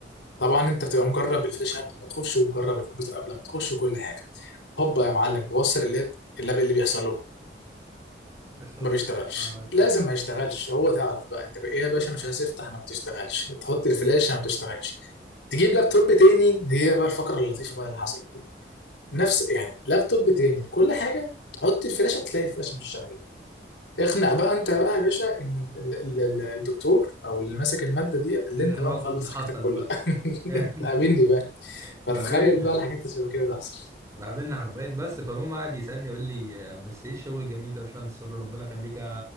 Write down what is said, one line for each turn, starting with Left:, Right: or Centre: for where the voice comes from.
Left: طبعا انت بتبقى مجرب الفلاش قبل ما تخش ومجرب الكمبيوتر قبل ما تخش وكل حاجه هوبا يا معلم بوصل اللاب اللاب إيه اللي بيحصل له
Right: بس والله
Left: ما بيشتغلش
Right: ما اشتغلش
Left: لازم ما يشتغلش هو تعرف بقى طب ايه يا باشا مش عايز يفتح ما بتشتغلش تحط الفلاشه ما بتشتغلش تجيب لابتوب تاني هي بقى الفقرة اللطيفة بقى اللي حصلت نفس يعني لابتوب تاني كل حاجه تحط الفلاشه تلاقي الفلاشه مش شغاله اقنع بقى انت بقى يا باشا ان ال- ال- ال- الدكتور او اللي ماسك الماده ديت اللي
Right: ان
Left: انت
Right: الموقف
Left: بقى مخلص
Right: ده حصل
Left: حاجتك كلها
Right: بقى
Left: <laughs>
Right: <laughs> يعني
Left: قابلني بقى
Right: ما
Left: فتخيل
Right: بيننا
Left: بقى الحاجات اللي شبه كده تحصل
Right: بقابلنا حرفيا بس فالمهم قعد يسألني يقول لي آه، بس ايه الشغل الجميل ده يا باشمهندس قلت له ربنا يخليك يا